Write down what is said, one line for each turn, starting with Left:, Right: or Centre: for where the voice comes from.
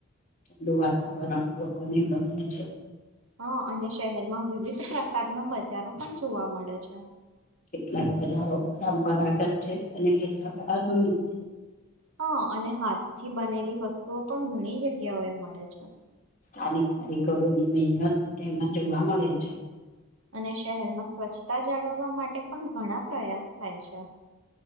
Left: ઠડું વાતાવરણ લોકો ની ગરમી
Right: હા, અને શહેરમાં વિવિધ પ્રકારના બજારો પણ જોવા મળે છે.
Left: કેટલાક બજારો પરંપરાગત છે, અને કેટલાક આધુનિક છે.
Right: હા, અને હાથથી બનેલી વસ્તુઓ પણ ઘણી જગ્યાઓ એ મળે છે.
Left: સ્થાનિક કારીગરોની મહેનત તેમાં જોવા મળે છે.
Right: અને શહેરમાં સ્વચ્છતા જાળવવા માટે પણ ઘણા પ્રયાસ થાય છે.